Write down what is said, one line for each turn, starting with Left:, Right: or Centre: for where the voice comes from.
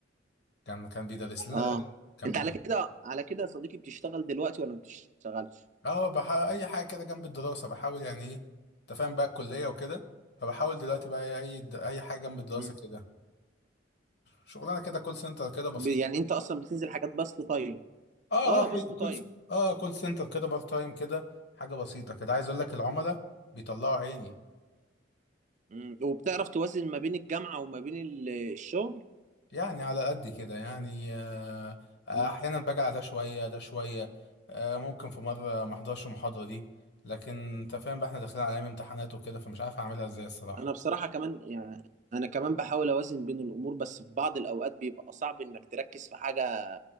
Left: كان كان بيدرس لنا
Right: اه
Left: العلوم كان
Right: انت
Left: بيدرس
Right: على كده على كده يا صديقي بتشتغل دلوقتي ولا ما بتشتغلش؟
Left: اه هو بح... اي حاجه كده جنب الدراسه بحاول يعني ايه انت فاهم بقى الكليه وكده فبحاول دلوقتي بقى اي اي حاجه جنب الدراسه
Right: امم
Left: كده شغلانه كده كول سنتر كده بسيط
Right: ب- يعني انت اصلا بتنزل حاجات بسط طيب
Left: اه
Right: اه
Left: اه
Right: بسط
Left: كول كول-
Right: طيب
Left: اه كول سنتر كده بار تايم كده حاجه بسيطه كده عايز اقول لك العملاء بيطلعوا عيني
Right: مم. وبتعرف توازن ما بين الجامعة وما بين ال- الشغل
Left: يعني على قد كده يعني آه آه،
Right: مم.
Left: احيانا باجي على ده شويه ده شويه آه ممكن في مره ما احضرش المحاضره دي لكن انت فاهم بقى احنا داخلين على ايام امتحانات وكده فمش عارف اعملها ازاي الصراحه
Right: انا بصراحة كمان يعني انا كمان بحاول اوازن بين الامور بس في بعض الاوقات بيبقى صعب انك تركز في حاجة